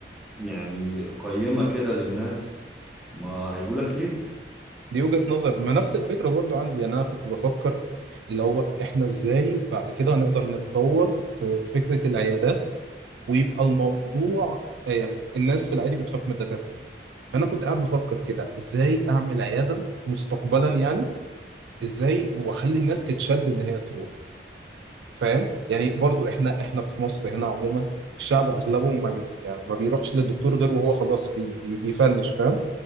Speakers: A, in the centre; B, on the right.
A: يعني قيمة كده للناس ما هيجولك ليه
B: دي وجهه نظر ما نفس الفكره برضو عندي يعني انا كنت بفكر اللي هو احنا ازاي بعد كده هنقدر نتطور في فكره العيادات ويبقى الموضوع آه، يعني الناس في العادي بتخاف من الدكاتره فانا كنت قاعد بفكر كده ازاي اعمل عياده مستقبلا يعني ازاي واخلي الناس تتشد ان هي تروح فاهم يعني برضو احنا احنا في مصر هنا عموما الشعب اغلبه ما بي ما بيروحش للدكتور غير وهو خلاص بي بي بيفنش فاهم